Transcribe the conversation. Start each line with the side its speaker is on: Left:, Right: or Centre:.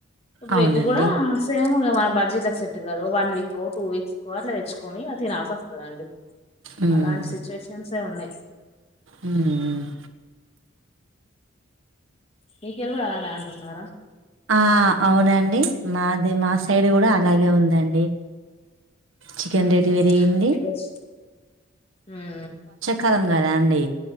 Left: ఇప్పుడు
Right: అవునండి
Left: ఎగ్ గూడా సేమ్ ఇగ మన బడ్జెట్ల కు సెట్ కాదు వన్ వీక్ వో టూ వీక్ తోట్ల తెచ్చుకొని తినాల్సొస్తదండీ.
Right: ఉమ్
Left: అలాంటి సిచ్యువేషన్సే ఉన్నాయి.
Right: ఉమ్
Left: మీకెల్లి గుడా అలానే అంటున్నారా.
Right: ఆ అవునండి మాది మా సైడ్ గూడా అలాగే ఉందండి. చికెన్
Left: ఊ
Right: రేటు
Left: ఉ
Right: పెరిగింది
Left: అంతే గావచ్చు ఊ
Right: కదం గదా అండి